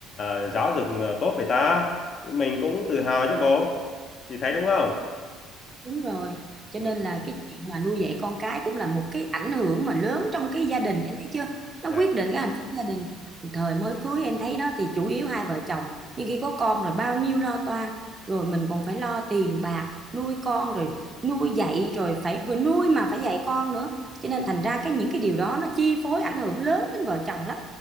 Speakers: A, on the left; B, on the right.
A: ờ, giáo dục ờ, tốt vậy ta mình cũng tự hào chứ bố chị thấy đúng không
B: Đúng rồi. Cho
A: ừ.
B: nên là cái chuyện mà nuôi dạy con cái cũng là một cái ảnh hưởng mà lớn trong cái gia đình em thấy chưa? Nó
A: dạ
B: quyết định cái hạnh phúc gia đình. Thời mới cưới em thấy đó thì chủ yếu hai vợ chồng, nhưng khi có con rồi bao nhiêu lo toan, rồi mình còn phải lo tiền bạc, nuôi con rồi nuôi dạy rồi phải vừa nuôi mà phải dạy con nữa. Cho nên thành ra cái những cái điều đó nó chi phối ảnh hưởng lớn đến vợ chồng lắm.